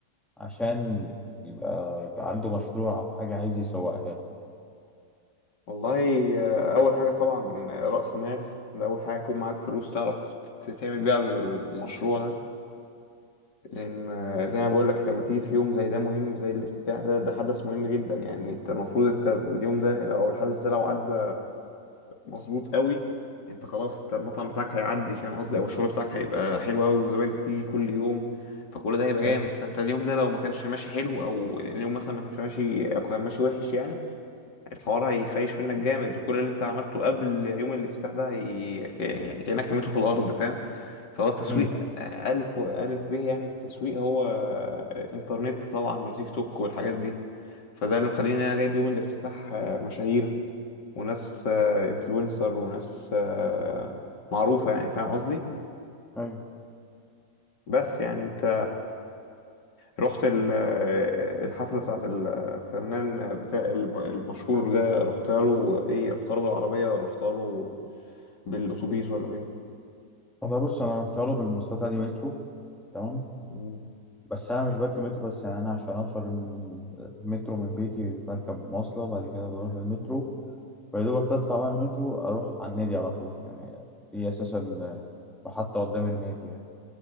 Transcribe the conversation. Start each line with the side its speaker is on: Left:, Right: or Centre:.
Centre: عشان يبقى, يبقى عنده مشروع أو حاجة عايز يسوقها له
Left: والله آه، اول حاجه طبعا راس مال ده اول حاجه يكون معاك فلوس تعرف ت- تعمل بيها المشروع ده لان آه، زي ما بقول لك لما تيجي في يوم زي ده مهم زي الافتتاح ده ده حدث مهم جدا يعني انت المفروض انت اليوم ده لو الحدث ده لو عدى مظبوط قوي انت خلاص انت المطعم بتاعك هيعدي فاهم قصدي او الشغل بتاعك هيبقى حلو قوي وزباينك هتيجي كل يوم فكل ده هيبقى جامد
Centre: أيوة
Left: فانت اليوم ده لو ما كانش ماشي حلو او اليوم مثلا ما كانش ماشي او كان ماشي وحش يعني الحوار هيخيش منك جامد وكل اللي انت عملته قبل يوم الافتتاح ده هي... يعني كأنك رميته في الارض فاهم فهو التسويق
Centre: أمم.
Left: ألف و- ألف به يعني التسويق هو إنترنت طبعا وتيك توك والحاجات دي فده اللي مخليني أنا جايب يوم الافتتاح آه، مشاهير وناس انفلونسر وناس آه، معروفة يعني فاهم قصدي؟
Centre: أيوة
Left: بس يعني انت رحت ال- الحفلة بتاعت الفنان بتاع الم- المشهور ده رحتها له ايه رحتها له بالعربية ولا رحتها له بالأتوبيس ولا بايه
Centre: والله بص انا رحت له بالمواصلات عادي مترو تمام
Left: مم.
Centre: بس انا مش بركب مترو بس يعني انا عشان اوصل من المترو من بيتي بركب مواصله بعد كده بروح المترو ويا دوبك اطلع بقى من المترو اروح على النادي على طول يعني في اساسا محطه قدام النادي يعني